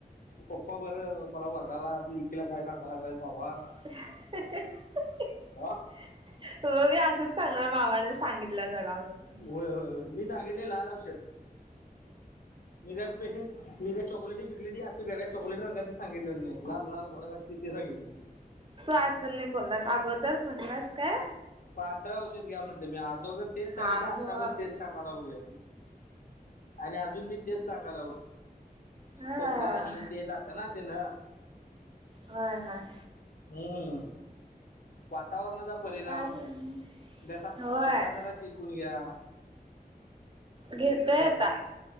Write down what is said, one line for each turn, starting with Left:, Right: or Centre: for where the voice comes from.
Left: पप्पा बरं मला वरडाला आपल्या लेकीला काय सांगायला लागलायत बाबा.
Right: <unintelligible>
Left: हा?
Right: म मी असंच सांगणार मामाने सांगितलं जगा म्हणून
Left: होय होय मी सांगितले लाल औषध मे प मे चॉकलेटी बिकघली अस बेगा चॉकलेट रंगाच सांगितले नाही लाल लाल भडक असतील ते सांगितले.
Right: तो असून नाही बोललास अगोदर म्हणलास काय?
Left: पातळ औषध घ्या म्हटलं मी अदोघर तेच सांगितलं
Right: हा
Left: आता
Right: हो
Left: पण तेच सांगाला लागलोय. आणि अजून मी तेच सांगायलावत.
Right: हा
Left: खोकला हे ते जात ना तेन
Right: होय होय.
Left: हम्म. वातावरणाचा परिणाम
Right: काय करणार
Left: घसा
Right: होय
Left: घसा जराशी चकून घ्या
Right: घेतोय
Left: मिठ्ठा
Right: आता.